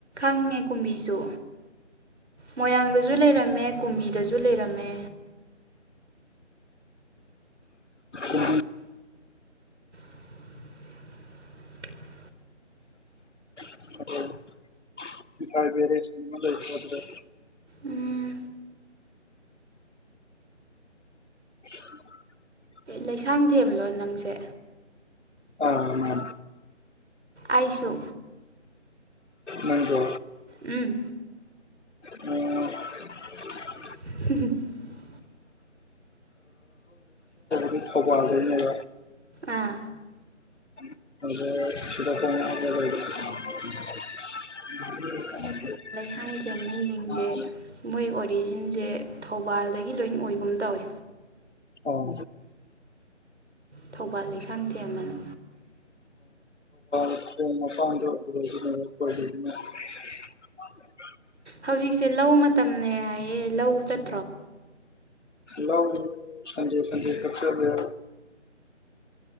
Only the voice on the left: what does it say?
ꯎ <inaudible> <unintelligible>
<inaudible> ꯐꯥꯏꯕꯔꯦ ꯂꯩꯗ <inaudible>
<inaudible>
ꯑ ꯃꯥꯅꯤ
ꯅꯪꯖꯣ
ꯎꯝ
<inaudible> ꯗꯤ ꯈꯥꯎꯕꯒ ꯦ <unintelligible>
<inaudible> <unintelligible> <inaudible>
<inaudible>
ꯑꯣ
ꯃꯄꯥ
ꯂ ꯁꯦ ꯀꯛꯆꯔ